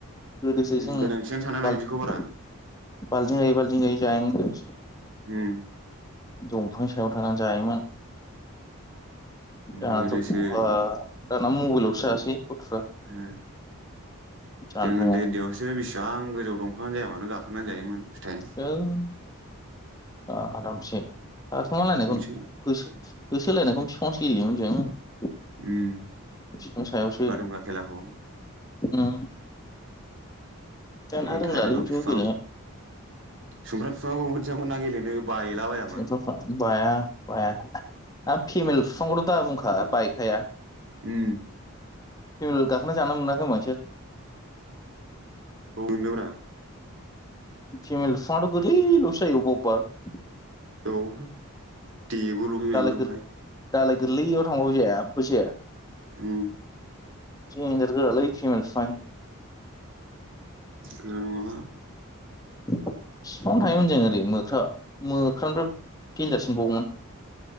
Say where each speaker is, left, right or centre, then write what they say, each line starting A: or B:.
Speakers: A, on the left; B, on the right.
A: गोदोसो
B: उम
A: जों
B: गोनांथियानो सानाना
A: बाल्टिं
B: बिदिखौ बारा
A: गायै बाल्टिं गायै जायोमोन
B: उम
A: दंफांनि सायाव थानानै जायोमोन दाथ'
B: गोदोसो
A: बहा दाना मबाइलसो जासै गथ'फ्रा
B: उम
A: जानबुंआव
B: जों उन्दै उन्दैयावसो बेसिबां गोजौ दं फांआनो जाया मानो गाखोना जायोमोन फिथाइ
A: थोय आरामसे थाखोमालायनायखौ
B: मोनसै
A: होसोलायनायखौनो बिफांआवसो गेयोमोन जों
B: उम
A: बिफां सायावसो
B: बादुंगा खेलाखौ
A: उम दाना
B: ओइ
A: रोंलालै
B: थायलाद'
A: बिदिखौ
B: बिफां
A: गेलेनो
B: सुमफ्राम बिफांआबो मोजांमोन ना गेलेनो बायलाबायामोन
A: सथ बाया बाया आ फिमेल बिफांखौथ' दा बुंखा बायखाया
B: उम
A: फेमेल गाखोना जानो मोनाखै खोमा नोंसोर
B: औ मोनदोंब्रा
A: फिमेल बिफांआथ' गोलैल'सो जायो अबबा अबबा
B: औ देबोलुजोबो
A: दालाय
B: ओमफ्राय
A: गोर दालाय गोरलैयाव थांबाबो जेबो जाया
B: उम
A: देनजार गोरालै फिमेल फि
B: गोरा नङाबा
A: बिफांआव थायोमोन जों ओरै मोख्रा मोख्रानिफ्राय देनजारसिनबावमोन